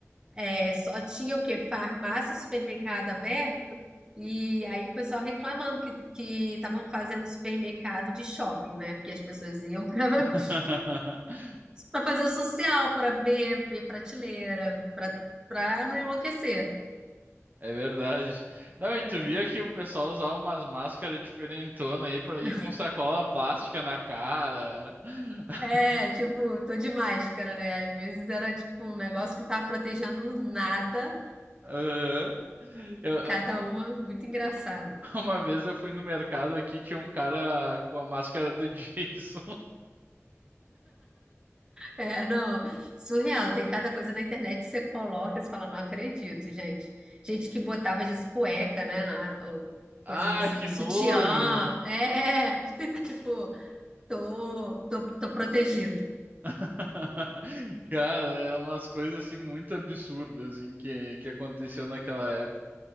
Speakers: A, on the right; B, on the right.
A: é, só tinha o quê? Farmácia e supermercado aberto, e aí o pessoal reclamando que que estavam fazendo supermercado de shopping, né? Porque as pessoas iam para
B: <laughs>
A: <laughs> para fazer o social, para ver, ver prateleira, para para não enlouquecer.
B: É verdade. Não, e tu
A: né?
B: via que o pessoal usava umas máscaras diferentonas aí pra ir
A: <laughs>
B: com sacola plástica na cara. <laughs>
A: É, tipo, tô de máscara, né? Às vezes era tipo um negócio que não tava protegendo nada.
B: Aham. Eu- eu-
A: Cada uma muito engraçada.
B: <laughs> uma vez eu fui no mercado aqui, tinha um cara com a máscara do Jason.
A: É, não, surreal. Tem cada coisa na internet que você coloca e você fala, não acredito, gente. Gente que botava às vezes cueca, né? na- ou
B: <laughs>
A: coisas
B: Ai,
A: assim,
B: que nojo!
A: sutiã. É, <laughs> tipo, tô, tô, tô protegido.
B: <laughs> Cara, é umas coisas assim muito absurdas assim, que, que aconteceu naquela época.